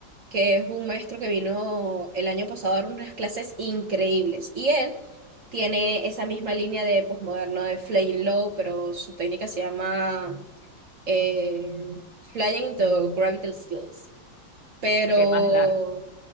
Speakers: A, on the right (about 50°); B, on the left (about 70°).
A: que es un maestro que vino el año pasado a dar unas clases increíbles. Y él tiene esa misma línea de posmoderno de Flying Low, pero su técnica se llama eh, Flying into Gravitational Skills. Pero
B: Ok, más largo.